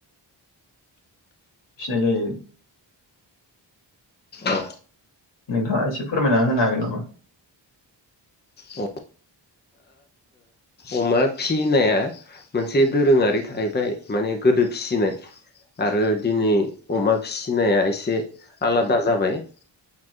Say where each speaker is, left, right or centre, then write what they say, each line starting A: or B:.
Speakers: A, on the left; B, on the left.
A: फिनाय जायो
B: औ
A: नोंथाङा एसे फोरमायना होनो हागोन नामा?
B: औ अमा फिनाया मोनसे दोरोङारि थाहैबाय माने गोदो फिसिनाय आरो दिनै अमा फिसिनाया एसे आलादा जाबाय ।